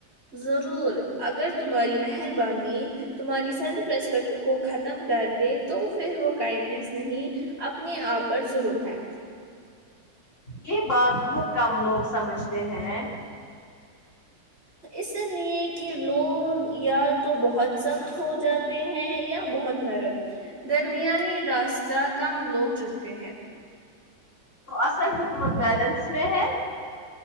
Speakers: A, on the right; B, on the left.
A: ضرور اگر تمہاری مہربانی تمہاری سیلف ریسپیکٹ کو ختم کر دے تو پھر وہ کائنڈنیس نہیں اپنے آپ پر ظلم ہے
B: یہ بات بہت کم لوگ سمجھتے ہیں
A: اس لیے کہ لوگ یا تو بہت سخت ہو جاتے ہیں یا بہت نرم درمیانی راستہ کم لوگ چنتے ہیں
B: تو اصل حکمت بیلنس میں ہے